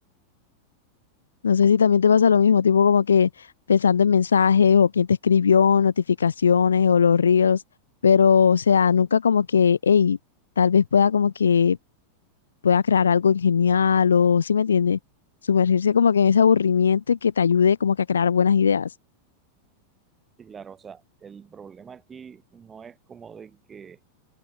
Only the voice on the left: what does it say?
No sé si también te pasa lo mismo, tipo como que pensando en mensajes o quién te escribió, notificaciones o los reels, pero o sea, nunca como que, hey, tal vez pueda como que pueda crear algo genial o, si me entiendes? Sumergirse como que en ese aburrimiento y que te ayude como que a crear buenas ideas.